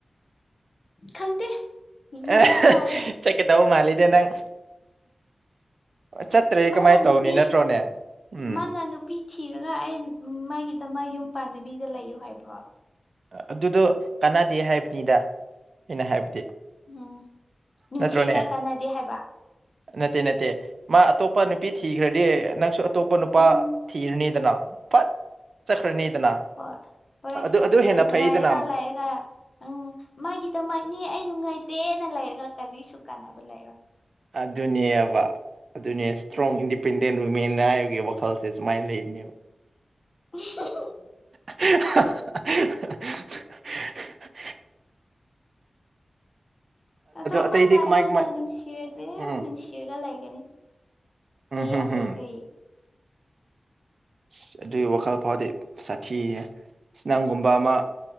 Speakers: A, on the left; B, on the right.
A: ꯈꯪꯗꯦ ꯌꯦꯡꯕ
B: ꯑ <unintelligible>
A: ꯇꯥꯔꯦ
B: ꯆꯀꯗꯧꯕ ꯃꯥꯂꯤꯗ ꯅꯪ ꯆꯠꯇ꯭ꯔꯗꯤ
A: ꯃꯥꯅ
B: ꯀꯃꯥꯏꯅ ꯇꯧꯅꯤ
A: ꯅꯨꯄꯤ
B: ꯅꯠꯇ꯭ꯔꯣꯅꯦ ꯎꯝ
A: ꯃꯥꯅ ꯅꯨꯄꯤ ꯊꯤꯔꯒ ꯑꯩ ꯃꯥꯒꯤꯗꯃꯛ ꯌꯨꯝ ꯄꯥꯟꯗꯕꯤꯗ ꯂꯩꯌꯨ ꯍꯥꯏꯕ꯭ꯔꯣ
B: ꯑꯗꯨꯗꯣ ꯀꯥꯟꯅꯗꯦ ꯍꯥꯏꯕꯅꯤꯗ ꯑꯩꯅ ꯍꯥꯏꯕꯗꯤ
A: ꯎꯝ ꯅꯨꯡꯁꯤꯔꯒ
B: ꯅꯠꯇ꯭ꯔꯣꯅꯦ
A: ꯀꯥꯟꯅꯗꯦ ꯍꯥꯏꯕ
B: ꯅꯠꯇꯦ ꯅꯠꯇꯦ ꯃꯥ ꯑꯇꯣꯞꯄ ꯅꯨꯄꯤ ꯊꯤꯈ꯭ꯔꯗꯤ ꯅꯪꯁꯨ ꯑꯇꯣꯞꯄ ꯅꯨꯄꯥ
A: ꯎꯝ
B: ꯊꯤꯔꯅꯤꯗꯅ ꯐꯠ ꯆꯠꯈ꯭ꯔꯅꯤꯗꯅ
A: ꯍꯣꯏ ꯍꯣꯏ
B: ꯑꯗꯨ ꯑꯗꯨ ꯍꯦꯟꯅ
A: ꯑꯦ
B: ꯐꯩꯗꯅ
A: ꯉꯥꯏꯔꯒ ꯂꯥꯏꯔꯦ ꯑ ꯅꯪ ꯃꯥꯒꯤꯗꯃꯛꯅꯤ ꯑꯩ ꯅꯨꯡꯉꯥꯏꯇꯦꯅ ꯂꯩꯔꯒ ꯀꯔꯤꯁꯨ ꯀꯥꯟꯅꯕ ꯂꯩꯔꯣꯏ
B: ꯑꯗꯨꯅꯦꯕ ꯑꯗꯨꯅꯦ ꯁꯇ꯭ꯔꯣꯡ ꯏꯟꯗꯤꯄꯦꯟꯗꯦꯟ ꯋꯨꯃꯦꯟ ꯍꯥꯏꯕꯒꯤ ꯋꯥꯈꯜꯁꯦ ꯁꯨꯃꯥꯏꯅ ꯂꯩꯕꯅꯦꯕ
A: ꯎꯝꯍꯝꯍꯝ
B: ꯍꯍꯍ
A: ꯑꯗꯣ
B: ꯑꯇꯩꯗꯤ
A: ꯃꯥꯅ ꯑꯩꯉꯣꯟꯗ
B: ꯀꯃꯥꯏ ꯀꯃꯥꯏ
A: ꯅꯤꯡꯅꯨꯡꯁꯤꯔ <unintelligible>
B: ꯎꯝ
A: ꯅꯨꯡꯁꯤꯔꯒ ꯂꯩꯒꯅꯤ ꯀꯔꯤ
B: ꯎꯝ ꯍꯝ
A: ꯑꯇꯩ
B: ꯍꯝ
A: ꯀꯩ
B: ꯑꯁ ꯑꯗꯨꯏ ꯋꯥꯈꯜ ꯐꯥꯎꯗꯤ ꯁꯥꯊꯤꯍꯦ ꯏꯁ ꯅꯪꯒꯨꯝꯕ ꯑꯃ